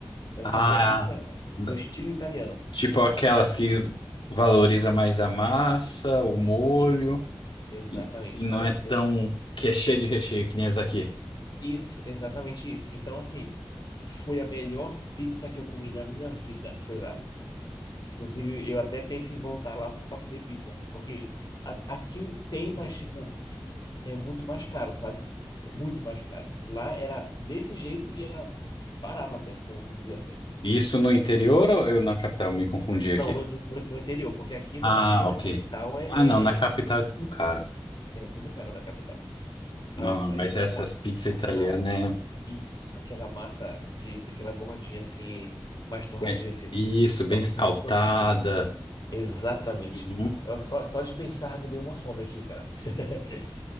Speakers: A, on the left; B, on the left.
A: Ela
B: Ah,
A: fazia pizza do
B: da-
A: estilo italiano.
B: tipo aquelas que valoriza mais a massa, o molho,
A: Isso, exatamente.
B: e, e não
A: Olha,
B: é tão
A: eu
B: que é cheia de recheio que nem as daqui.
A: isso, exatamente isso. Então, assim, foi a melhor pizza que eu comi na minha vida, foi lá. Inclusive, eu até penso em voltar lá só para comer pizza, porque a- aqui tem, mas tipo, é muito mais caro, sabe? É muito mais caro. Lá era desse jeito e era barato até, vamos dizer assim.
B: E Isso no interior ou eu na capital? Me confundi aqui.
A: Não, no, no, no interior, porque aqui, no,
B: Ah,
A: aqui na
B: ok.
A: capital é,
B: Ah, não, na capital
A: é,
B: é tudo caro.
A: é tudo caro na capital.
B: Mano,
A: Nossa,
B: mas
A: é tipo
B: essas pizzas
A: aquela
B: italianas
A: Isso, aquela massa de aquela bordinha assim, mais torradinha
B: é, é
A: assim.
B: isso, bem
A: Nossa
B: saltada.
A: senhora. Exatamente.
B: Uhum.
A: Eu só, só de pensar me deu uma fome aqui, cara. <laughs>